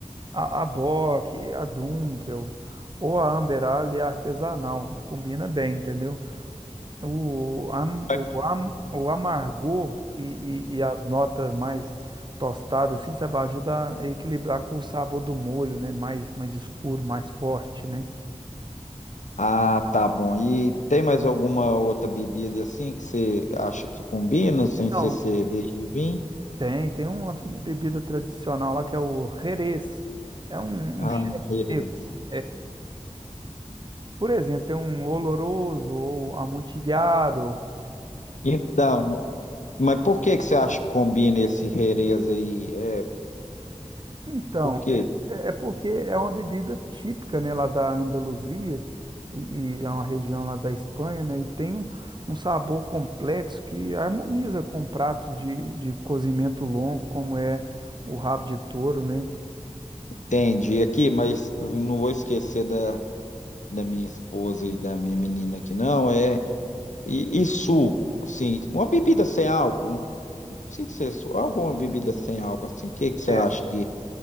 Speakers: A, on the right (about 40°); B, on the left (about 85°).
A: A, a Bock, a Dunkel ou a Amber Ale artesanal. Combina bem, entendeu? O, am-
B: ah,
A: o, am- o amargor e, e, e as notas mais tostadas, assim, sabe, ajuda a equilibrar com o sabor do molho, né? Mais, mais escuro, mais forte, né?
B: ah, tá bom. E tem mais alguma outra bebida assim que você acha que combina, sem
A: Então,
B: ser cerveja e vinho?
A: tem, tem uma bebida tradicional lá que é o Jerez. É um,
B: Ah,
A: um cheiro
B: Jerez.
A: seco. Por exemplo, tem um oloroso ou amontilhado.
B: Então, mas mas por que que você acha que combina esse Jerez aí? É,
A: Então,
B: por quê?
A: é, é porque é uma bebida típica, né, lá da Andaluzia e, e é uma região lá da Espanha, né, e tem um, um sabor complexo que harmoniza com pratos de, de cozimento longo, como é o rabo de touro, né?
B: Entendi aqui, mas eu não vou esquecer da, da minha esposa e da minha menina aqui, não. É, e, e suco, assim, uma bebida sem álcool, não não precisa ser suco, alguma bebida sem álcool, assim, o que que você
A: É.
B: acha que,